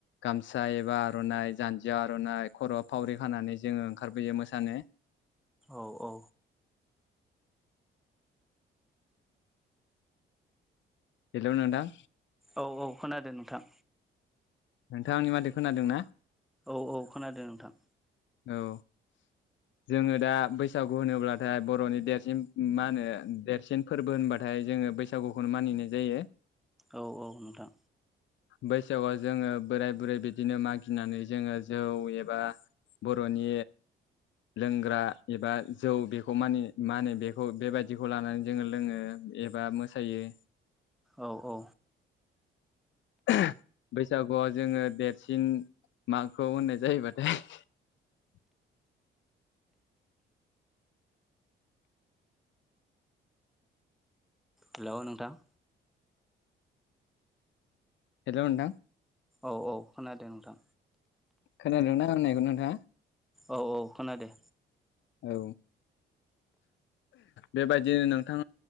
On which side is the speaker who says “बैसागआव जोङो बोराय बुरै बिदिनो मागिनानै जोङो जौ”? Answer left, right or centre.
Left